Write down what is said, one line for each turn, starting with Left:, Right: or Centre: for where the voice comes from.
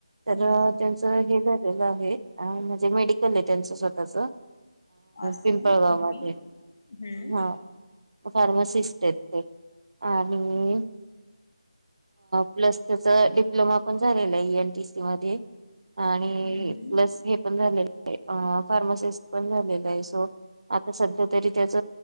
Right: तर
Left: हा
Right: अ त्यांचं हे झा लेल आहे म्हणजे मेडिकल आहे त्यांच स्वतःच.
Left: अस
Right: पिंपळगाव
Left: आहे ओके
Right: मध्ये
Left: हम्म.
Right: हा फार्मासिस्ट आहेत ते आणि प्लस त्याचा डिप्लोमा पण झालेला आहे एएनटीसी मध्ये. आणि
Left: हम्म हम्म
Right: प्लस हे पण झालेलं आहे फार्मासिस्ट पण झालेलं आहे सो आ सध्या तरी त्याच